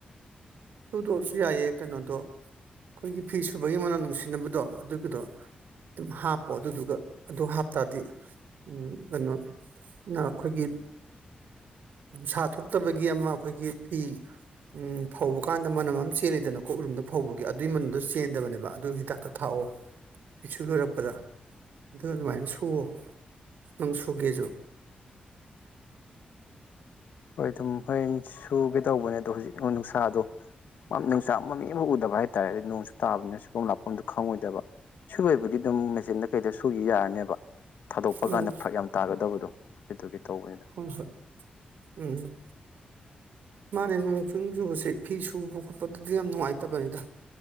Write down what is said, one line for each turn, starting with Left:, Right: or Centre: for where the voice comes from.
Right: ꯁꯨꯗꯣꯛꯑꯁꯨ ꯌꯥꯏꯑ ꯀꯩꯅꯣꯗꯣ ꯑꯩꯈꯣꯏꯒꯤ ꯐꯤ ꯁꯨꯕꯒꯤ ꯃꯅꯝ ꯅꯨꯡꯁꯤꯅꯕꯗꯣ ꯑꯗꯨꯒꯤꯗꯣ ꯑꯗꯨꯝ ꯍꯥꯞꯄꯣ ꯑꯗꯨꯗꯨꯒ ꯑꯗꯨ ꯍꯥꯞꯇꯥꯔꯗꯤ ꯎꯝ ꯀꯩꯅꯣ ꯅ ꯑꯩꯈꯣꯏꯒꯤ ꯅꯨꯡꯁꯥ ꯊꯣꯛꯇꯕꯒꯤ ꯑꯃ ꯑꯩꯈꯣꯏꯒꯤ ꯐꯤ ꯎꯝ ꯐꯧꯕ ꯀꯥꯟꯗ ꯃꯅꯝ ꯑꯃ ꯆꯦꯜꯂꯤꯗꯅꯀꯣ ꯔꯨꯝꯗ ꯐꯧꯕꯒꯤ ꯑꯗꯨꯏ ꯃꯅꯝꯗꯣ ꯆꯦꯟꯗꯕꯅꯦꯕ ꯑꯗꯨ ꯍꯤꯗꯥꯛꯇ ꯊꯥꯛꯑꯣ ꯐꯤꯁꯨꯕ ꯂꯣꯏꯔꯛꯄꯗ ꯑꯗꯨ ꯑꯗꯨꯃꯥꯏꯅ ꯁꯨꯋꯣ ꯅꯪ ꯁꯨꯒꯦꯁꯨ
Left: ꯍꯣꯏ ꯑꯗꯨꯝ ꯍꯣꯔꯦꯟ ꯁꯨꯒꯦ ꯇꯧꯕꯅꯦ ꯑꯣ ꯍꯧꯖꯤꯛ ꯅꯨꯡꯁꯥꯗꯣ ꯅꯨꯡꯆꯥꯛ ꯃꯃꯤ ꯑꯃꯐꯛ ꯎꯗꯕ ꯍꯥꯏꯇꯥꯔꯦ ꯑꯗꯨꯗꯤ ꯅꯣꯡꯁꯨ ꯇꯥꯕꯅꯤꯅ ꯁꯒꯣꯝ ꯂꯥꯛꯄꯐꯝꯗꯣ ꯈꯪꯉꯣꯏꯗꯕ ꯁꯨꯣꯏꯕꯨꯗꯤ ꯑꯗꯨꯝ ꯃꯦꯆꯤꯟꯗ ꯀꯩꯗ ꯁꯨꯈꯤ ꯌꯥꯔꯅꯦꯕ ꯊꯥꯗꯣꯛꯄ
Right: ꯎꯝ
Left: ꯀꯥꯟꯗ ꯐꯔꯛ ꯌꯥꯝ ꯇꯥꯒꯗꯕꯗꯣ ꯑꯗꯨꯒꯤ ꯇꯧꯕꯅꯤꯅ
Right: ꯍꯣꯏ ꯍꯣꯏ ꯎꯝ ꯃꯥꯅꯦ ꯅꯣꯡ ꯆꯨ ꯆꯨꯕꯁꯦ ꯐꯤ ꯁꯨꯕ ꯈꯣꯠꯄꯗꯗꯤ ꯌꯥꯝ ꯅꯨꯡꯉꯥꯏꯇꯕꯅꯤꯗ